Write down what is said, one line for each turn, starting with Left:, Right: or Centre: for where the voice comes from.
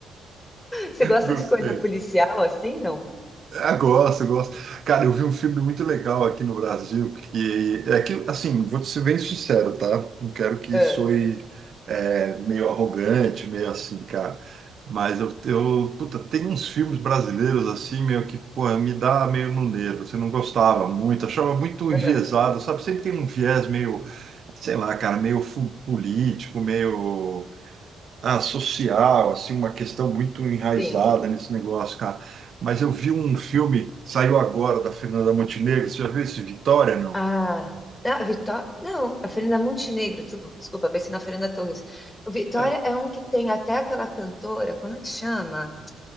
Left: Você gosta
Right: Gostei.
Left: de coisa policial assim, não?
Right: Ah, gosto, gosto. Cara, eu vi um filme muito legal aqui no Brasil, que é que, assim, vou te ser bem sincero, tá? Não quero que
Left: Ah,
Right: soe é, meio arrogante, meio assim, cara. Mas eu, eu, puta, tem uns filmes brasileiros assim, meio que, pô, me dá meio no nervo. Você não gostava muito, achava muito enviesado,
Left: ah,
Right: sabe? Sempre tem um viés meio, sei lá, cara, meio fu- político, meio ah, social, assim, uma questão muito enraizada
Left: sim.
Right: nesse negócio, cara. Mas eu vi um filme, saiu agora, da Fernanda Montenegro. Você já viu esse Vitória, não?
Left: Ah, ah, Vitória. Não, a Fernanda Montenegro. Tu... Desculpa, pensei na Fernanda Torres. O Vitória
Right: É.
Left: é um que tem até aquela cantora. Como é que chama?